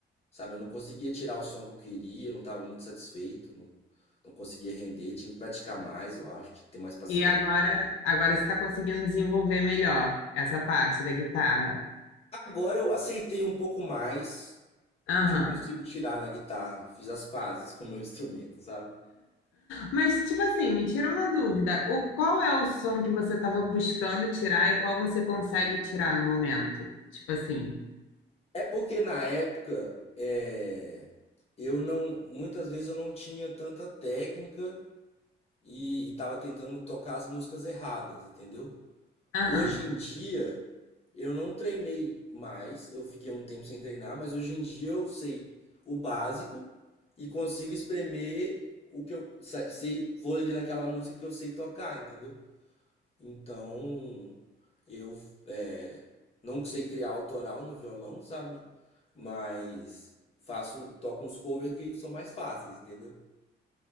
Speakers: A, on the left; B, on the left.
A: sabe, eu não conseguia tirar o som que eu queria, eu não tava muito satisfeito, não, não conseguia render, tinha que praticar mais, eu acho, tinha que ter mais paciência.
B: E agora, agora você tá conseguindo desenvolver melhor essa parte da guitarra.
A: Agora eu aceitei um pouco mais
B: Aham.
A: o que eu consigo tirar na guitarra, fiz as pazes <laughs> com o meu instrumento, sabe?
B: Mas, tipo assim, me tira uma dúvida. O, qual é o som que você estava buscando tirar e qual você consegue tirar no momento? Tipo assim.
A: É porque na época é, eu não, muitas vezes eu não tinha tanta técnica e estava tentando tocar as músicas erradas, entendeu?
B: Aham.
A: Hoje em dia eu não treinei mais, eu fiquei um tempo sem treinar, mas hoje em dia eu sei o básico e consigo espremer o que eu sa- sei, vou ali naquela música que eu sei tocar, entendeu? Então, eu é, não sei criar autoral no violão, sabe? Mas faço, toco uns covers que são mais fáceis, entendeu?